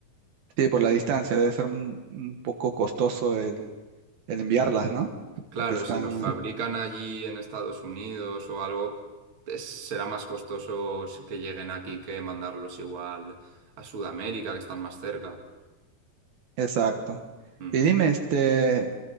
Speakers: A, on the right; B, on the right.
A: sí, por la distancia debe ser un un poco costoso el el enviarlas, ¿no?
B: Claro,
A: Porque están,
B: si los fabrican allí en Estados Unidos o algo, es- será más costoso que lleguen aquí que mandarlos igual a Sudamérica, que están más cerca.
A: exacto.
B: Mm.
A: Y dime, este,